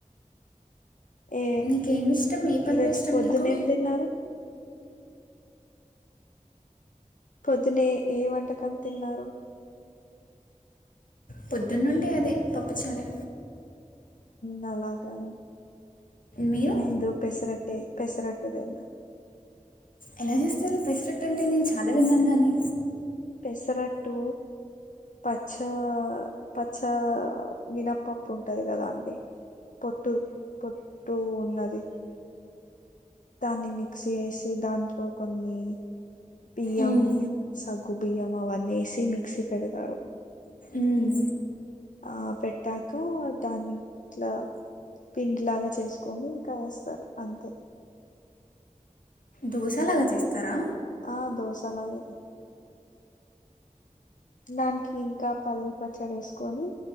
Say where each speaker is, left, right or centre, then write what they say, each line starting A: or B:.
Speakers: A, on the left (about 70°); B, on the left (about 85°).
A: ఏ
B: నీకేమి ఇష్టం ఏ పండ్లు
A: ఈరోజు
B: ఇష్టం
A: పొద్దున్న
B: నీకు
A: ఏం తిన్నారు పొద్దునే ఏ వంటకం తిన్నారు
B: పొద్దున్న నుండి అదే పప్పుచారే
A: నలాగా
B: మీరు
A: మేము దు పెసరట్టె పెసరట్టే తిన్న
B: ఎలా చేస్తారో పెస్ఫెట్ అంటే నేను చాలా విన్నాను గానీ
A: పెసరట్టు పచ్చ పచ్చా మీనప్పప్పు ఉంటది కదా అండి పొట్టు పొట్టు ఉన్నది దాన్ని మిక్స్ చేసి దాంట్లో కొన్ని పిఎం
B: మ్మ్.
A: సబ్ బియ్యం అవన్న వేసి మిక్సీ పెడతారు
B: మ్మ్
A: ఆ పెట్టాక దాన్నిట్లా పిండి లాగా చేసుకొని ఇంకా వేస్తారు అంతే
B: దోశలాగా చేస్తారా
A: ఆ దోసలాగే నే దానికి ఇంకా పల్లిప చెడేసుకొని